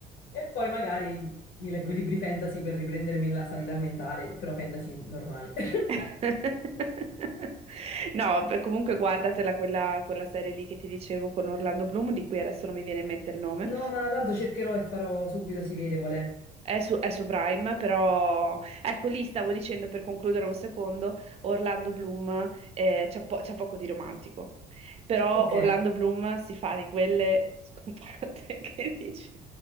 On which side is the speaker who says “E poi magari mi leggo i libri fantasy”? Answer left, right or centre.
Left